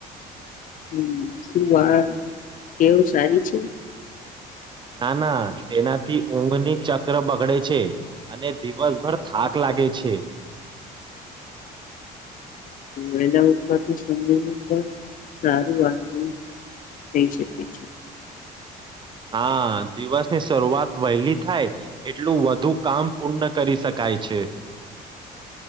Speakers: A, on the left (about 50°); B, on the right (about 30°).
A: હમ શું વા ટેવ સારી છે
B: ના ના તેનાથી ઊંઘની ચક્ર બગડે છે અને દિવસભર થાક લાગે છે
A: મેદા ઉઠવાથી સમયનું પણ સારું આંદન થઈ શકે છે
B: હા દિવસની શરૂઆત વહેલી થાય એટલું વધુ કામ પૂર્ણ કરી શકાય છે